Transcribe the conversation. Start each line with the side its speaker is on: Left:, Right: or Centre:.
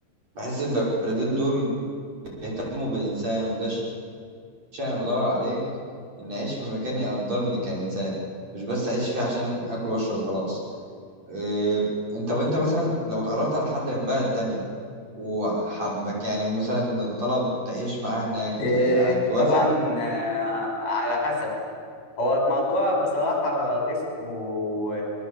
Right: بحس إن البرازيل دول بيهتموا بالإنسان وده الشيء أنا بدور عليه إن أعيش في مكان يقدرني كإنسان مش بس أعيش فيه عشان آكل وأشرب وخلاص إيه، أنت وأنت مثلا لو اتعرفت على حد من بلد تانية وحبك يعني مثلا لو طلب تعيش معاه هناك
Left: آه،
Right: هتوافق
Left: طبعا آه، على حسب هو الموضوع بصراحة ريسك و...